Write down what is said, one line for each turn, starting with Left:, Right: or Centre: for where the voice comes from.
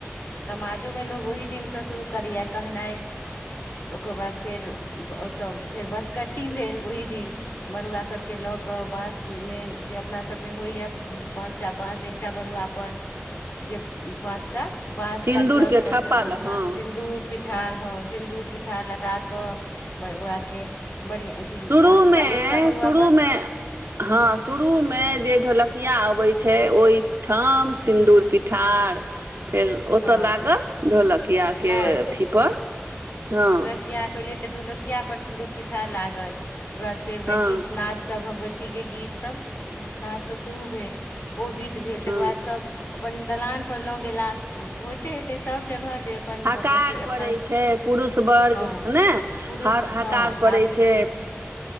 Left: समाजो मे लोग ओहि दिन सँ शुरू करैए कहनाइ ओकर बाद फेर ओतय फेर बसकट्टी भेल ओहि दिन बरुआ सभ के लक बाँस मे जे अपना सभ मे होइए पाँचटा बाँस एकटा बरुआ पर जे पाँचटा बाँस
Right: सिन्दूर
Left: कटलक
Right: के
Left: बच
Right: ठप्पा
Left: बरुआ
Right: लग हँ
Left: सिन्दूर पिठार हँ सिन्दूर पिठार लगाक बौआ के बढ़िआँ अथी
Right: शुरू
Left: पाँचटा
Right: मे
Left: एकटा बड़ुआपर
Right: शुरू मे हँ शुरू मे जे ढोलक किया अबै छै ओहि ठाम सिन्दूर पिठार फेर ओतअ
Left: हँ
Right: लागल ढोलकिया के
Left: हँ
Right: अथीपर हँ
Left: किया पहिले त ढोलकिया पर सिन्दूर पीठार लागल ओकर फेर वएह
Right: हँ
Left: गीत नाद सभ भगवती के गीत सभ नादसँ शुरू भेल ओ विध भेल तकर
Right: हँ
Left: बाद सब अपन दलान पर लो गेला होयते हेते सब जगह जे अपन
Right: हकार
Left: भगवती
Right: पड़ै
Left: अपना
Right: छै पुरुष वर्ग
Left: हँ
Right: हने
Left: पुरुष
Right: ह हकार
Left: हँ
Right: पड़ै
Left: आबै छथिन
Right: छै